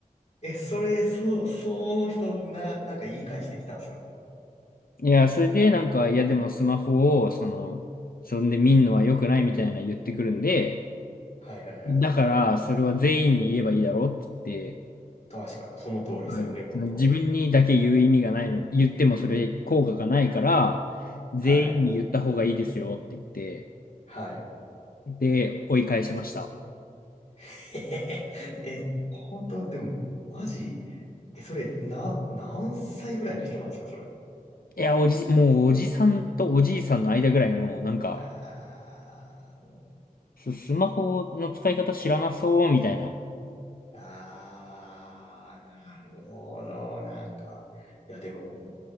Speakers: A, on the left (about 50°); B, on the left (about 80°).
A: え、それ、そ、その人、な、なんか言い返してきたんすか
B: いや、それでなんか、いやでもスマホを、その、そんで見んのは良くないみたいな言ってくるんで、
A: はいはいはい。
B: だから、それは全員に言えばいいだろうって言って、
A: 確かに、その通りっすよね、
B: はい。
A: 本当。
B: その自分にだけ言う意味がないの、言ってもそれ効果がないから、全員に言った方がいいですよって言って、
A: はい。はい。
B: で、追い返しました。
A: <laughs> え、本当、でも、マジ、え、それ、な、何歳ぐらいの人なんですか、それ。
B: いや、おじ、もうおじさんとおじいさんの間ぐらいの、なんか、
A: あー
B: ス、スマホの使い方知らなそうみたいな。
A: あー、なるほど、なんか。いや、でも、